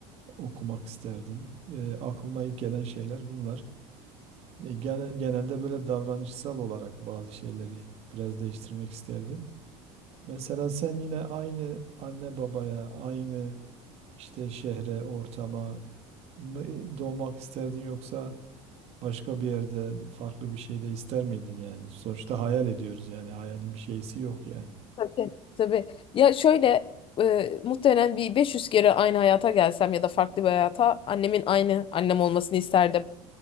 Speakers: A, on the right (about 55°); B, on the left (about 40°).
A: okumak isterdim. E, aklıma ilk gelen şeyler bunlar. E, gene- genelde böyle davranışsal olarak bazı şeyleri biraz değiştirmek isterdim. Mesela sen yine aynı anne babaya, aynı işte şehre, ortama mı e, doğmak isterdin yoksa Başka bir yerde farklı bir şey de ister miydin yani? Sonuçta hayal ediyoruz yani. Hayalin bir şeysi yok yani.
B: Tabii. Tabii. Ya şöyle e, muhtemelen bir 500 kere aynı hayata gelsem ya da farklı bir hayata annemin aynı annem olmasını isterdim.